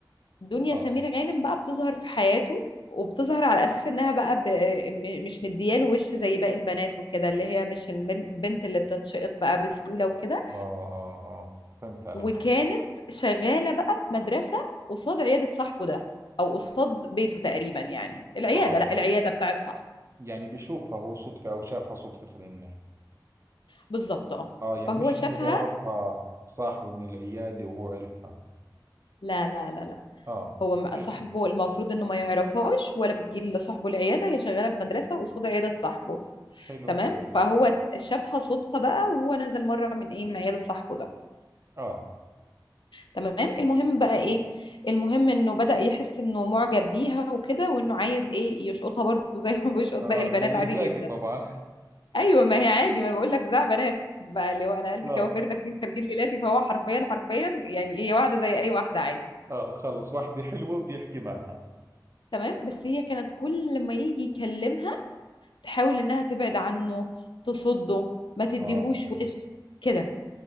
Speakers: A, on the left; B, on the right.
A: دنيا
B: اه
A: سمير غانم بقى بتظهر في حياته وبتظهر على اساس انها بقى ب... م- مش مدياله وش زي باقي البنات وكده اللي هي مش البنت اللي بتتشقط بقى بسهوله وكده
B: اه اه, آه فهمت عليك
A: وكانت شغالة بقى في مدرسة قصاد عيادة صاحبه ده أو قصاد بيته تقريبا يعني العيادة
B: اه
A: لا العيادة بتاعت صاحبه
B: يعني بيشوفها هو صدفة أو شافها صدفة خلينا نحكي
A: بالظبط اه
B: آه يعني
A: فهو
B: مش
A: شافها
B: إنه بيعرفها صاحبه من العيادة وهو عرفها
A: لا لا لا لا
B: آه
A: هو ما-
B: حلو
A: صاحبه المفروض انه ما يعرفهاش ولا بتجي لصاحبه العياده هي شغاله في مدرسه قصاد عياده صاحبه
B: حلو
A: تمام
B: كثير
A: فهو ت- شافها صدفه بقى وهو نزل مره من ايه من عياده صاحبه ده
B: آه
A: تمام المهم بقى ايه المهم انه بدأ يحس انه معجب بيها وكده وانه عايز ايه يشقطها برضه زي ما بيشقط
B: آه
A: باقي البنات
B: زي
A: عادي
B: الباقي
A: جدا
B: طبعا
A: ايوه ما هي عادي ما انا بقول لك بتاع بنات بقى اللي هو
B: <laughs>
A: انا قلبي
B: آه
A: كوافير داخلين خارجين ليلاتي فهو حرفيا حرفيا يعني هي واحده زي اي واحده عادي
B: آه خلص واحدة حلوة بدي أحكي معها
A: تمام بس هي كانت كل ما يجي يكلمها تحاول انها تبعد عنه تصده ما تديهوش
B: آه
A: وش كده